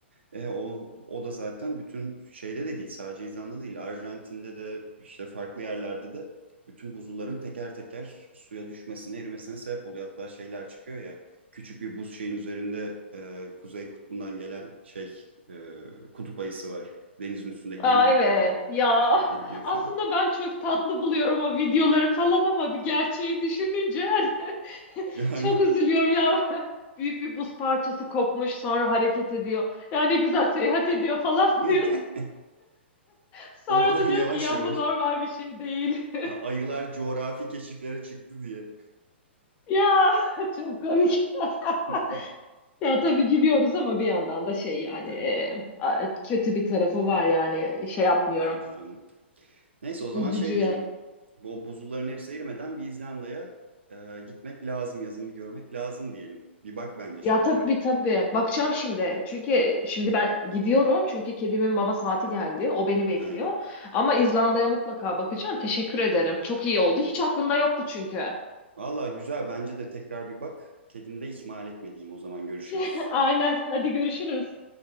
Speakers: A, on the right; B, on the left.
A: E, o, o da zaten bütün şeyde de değil sadece İzlanda değil Arjantin'de de işte farklı yerlerde de bütün buzulların teker teker suya düşmesine erimesine sebep oluyor. Hatta şeyler çıkıyor ya küçük bir buz şeyin üzerinde e, Kuzey Kutbu'ndan gelen şey e, kutup ayısı var. Denizin üstünde gemi
B: Aa,
A: gibi
B: evet
A: böyle
B: ya
A: şeyde
B: <laughs>
A: gidiyor falan.
B: aslında ben çok tatlı buluyorum o videoları falan ama bir gerçeği düşününce hani <laughs>
A: Yani
B: çok üzülüyorum ya. <laughs> Büyük bir buz parçası kopmuş sonra hareket ediyor. Ya ne güzel seyahat ediyor falan
A: <laughs>
B: <laughs> Sonra
A: oradan
B: da
A: yavaş
B: diyor ki ya
A: yavaş
B: bu normal bir şey değil. <laughs>
A: a- ayılar coğrafi keşiflere çıktı diye.
B: Ya çok komik. <laughs>
A: <laughs>
B: Ya tabii gülüyoruz ama bir yandan da şey yani
A: Tabii
B: e, kötü bir tarafı var yani şey yapmıyorum.
A: üzücü canım. Neyse o zaman
B: Üzücü.
A: şey diyelim. Bu o buzulların hepsi erimeden bir İzlanda'ya e, gitmek lazım, yazın bir görmek lazım diyelim. Bir bak bence
B: Ya
A: şeylere.
B: tabii tabii bakacağım şimdi. Çünkü şimdi ben gidiyorum çünkü kedimin mama saati geldi. O beni bekliyor.
A: Aynen.
B: Ama İzlanda'ya mutlaka bakacağım. Teşekkür ederim. Çok iyi oldu. Hiç aklımda yoktu çünkü.
A: Valla güzel bence de tekrar bir bak. Kedini de ihmal etmediğim o zaman görüşürüz.
B: <laughs> Aynen. Hadi görüşürüz.